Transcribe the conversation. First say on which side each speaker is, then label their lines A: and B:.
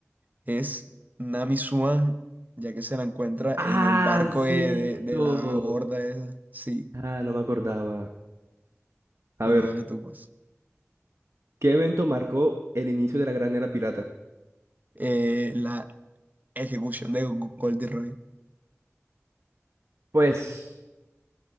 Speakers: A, on the right; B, on the right.
A: Es Nami Swan, ya que se la encuentra
B: Ah,
A: en el barco
B: cierto.
A: eh, de, de la gorda esa. Sí,
B: Ah, no me acordaba. A
A: bueno,
B: ver,
A: dale tú pues.
B: ¿qué evento marcó el inicio de la Gran Era Pirata?
A: Eh, la ejecución de Go- Goldie Roy.
B: Pues,